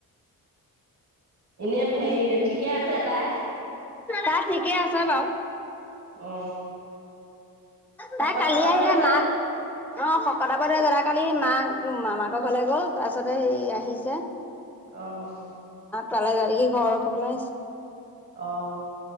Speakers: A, on the right (about 40°); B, in the centre.
A: এনে হেৰি ঠিকে আছে তাই
B: তাই ঠিকে আছো বাওঁ
A: অ
B: তাই
A: শকত
B: কালি
A: পাকত
B: আহিলে
A: হৈ আছে
B: মাক <unintelligible> কালি মাক মামাকৰ ঘৰলে গ'ল তাৰপিছতে সেই আহিছে
A: আহ
B: পালা গাৰকে ঘৰ ৰখিবলে।
A: অহ,